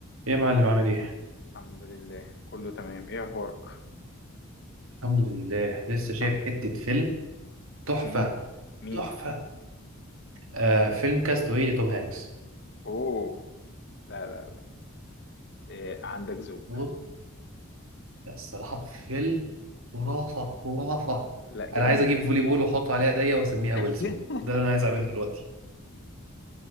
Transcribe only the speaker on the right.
ايه يا معلم عامل ايه؟
الحمد لله لسه شايف
حتة
فيلم تحفة
تحفة آه فيلم كاستاوي لتوم هانكس
بص لا الصراحة فيلم خرافة خرافة
انا عايز اجيب فولي بول واحط عليها ايديا واسميها
ويلسون ده اللي انا عايز اعمله دلوقتي